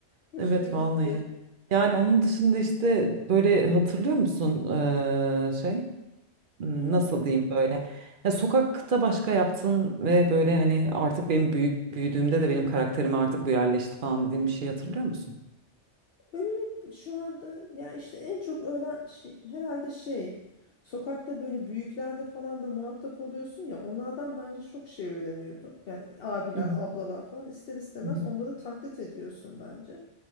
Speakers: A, on the left; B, on the right.
A: Hoşuma
B: Evet
A: gitti.
B: vallahi. Yani onun dışında işte böyle hatırlıyor musun eee, şey? Hmm,
A: Yok.
B: Nasıl diyeyim böyle? Ya sokakta başka yaptın ve böyle hani artık benim büyük büyüdüğümde de benim karakterime artık bu yerleşti falan dediğim bir şey hatırlıyor musun?
A: Öyle şu anda ya işte en çok öğren şey, herhalde şey sokakta böyle büyüklerle falan da muhatap oluyorsun ya onlardan bence çok şey öğreniyorduk. Yani abiler,
B: Hı hı.
A: ablalar falan ister istemez
B: Hı hı.
A: onları taklit ediyorsun bence.